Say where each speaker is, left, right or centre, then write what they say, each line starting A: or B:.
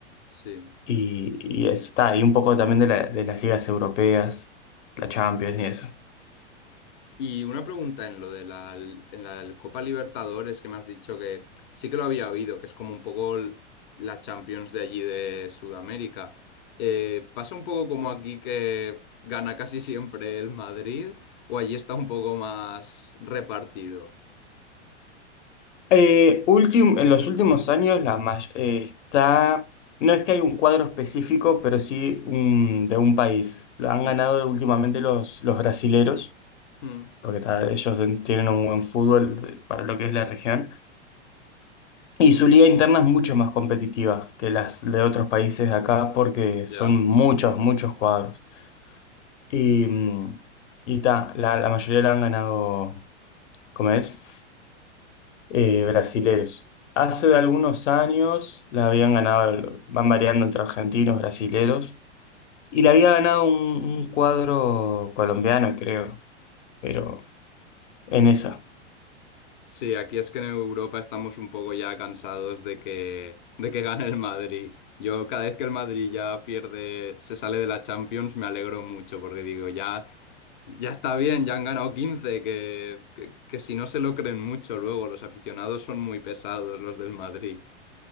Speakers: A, on the left; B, on the left.
A: sí.
B: y, y eso está, y un poco también de, la- de las ligas europeas, la Champions y eso.
A: Y una pregunta en lo de la, en la Copa Libertadores que me has dicho que sí que lo había habido, que es como un poco l- la Champions de allí de Sudamérica. Eh, ¿pasa un poco como aquí que gana casi siempre el Madrid o allí está un poco más repartido?
B: Eh, últim- en los últimos años la may- eh, está, no es que hay un cuadro específico, pero sí un, de un país. Lo han
A: Mm,
B: ganado últimamente los, los brasileros,
A: mm,
B: porque ta, ellos tienen un buen fútbol de- para lo que es la región. Y su liga interna es mucho más competitiva que las de otros países de acá porque
A: ya.
B: son muchos, muchos cuadros. Y, mm, y ta, la, la mayoría la han ganado, ¿cómo es? Eh, brasileros. Hace algunos años la habían ganado, van variando entre argentinos, brasileros, y la había ganado un, un cuadro colombiano, creo, pero en esa.
A: Sí, aquí es que en Europa estamos un poco ya cansados de que, de que gane el Madrid. Yo cada vez que el Madrid ya pierde, se sale de la Champions, me alegro mucho porque digo, ya... Ya está bien, ya han ganado 15 que, que- que si no se lo creen mucho luego, los aficionados son muy pesados, los del Madrid.